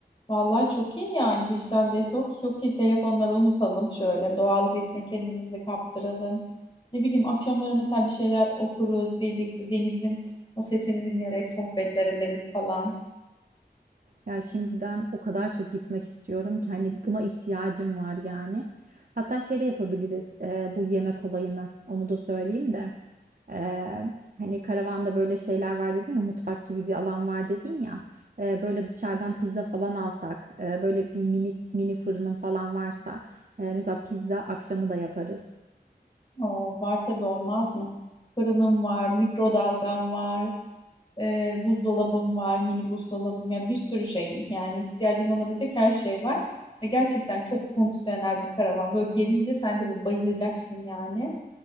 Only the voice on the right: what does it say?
Ya şimdiden o kadar çok gitmek istiyorum ki hani buna ihtiyacım var yani. Hatta şey de yapabiliriz e, bu yemek olayını. Onu da söyleyeyim de. E, hani karavanda böyle şeyler var dedin ya mutfak gibi bir alan var dedin ya. E, böyle dışarıdan pizza falan alsak e, böyle bir mini mini fırının falan varsa e, mesela pizza akşamı da yaparız.